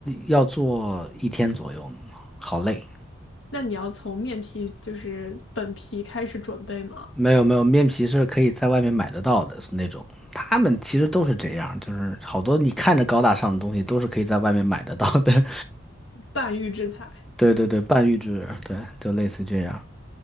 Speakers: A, in the centre; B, on the left.
A: 要做一天左右呢好累。
B: 那你要从面皮就是本皮开始准备吗？
A: 没有没有，面皮是可以在外面买得到的，是那种。他们其实都是这样，就是好多你看着高大上的东西都是可以在外面买得到的。
B: 半预制菜。
A: <laughs> 对对对，半预制，对，就类似这样。